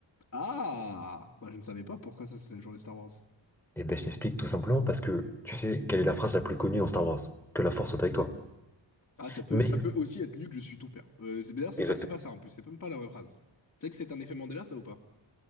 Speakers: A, on the left (about 35°); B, in the centre.
A: Ah! Bah je ne savais pas pourquoi ça c'est la journée Star Wars.
B: Et ben je t'explique tout simplement parce que tu sais quelle est la phrase la plus connue dans Star Wars? Que la force soit avec toi.
A: Ah ça peut
B: Mais,
A: ça peut aussi être Luke, je suis ton père. Euh, c'est- d'ailleurs c'est
B: exactement.
A: pas c'est pas ça en plus, c'est même pas la vraie phrase. Tu sais que c'est un effet Mandela ça ou pas?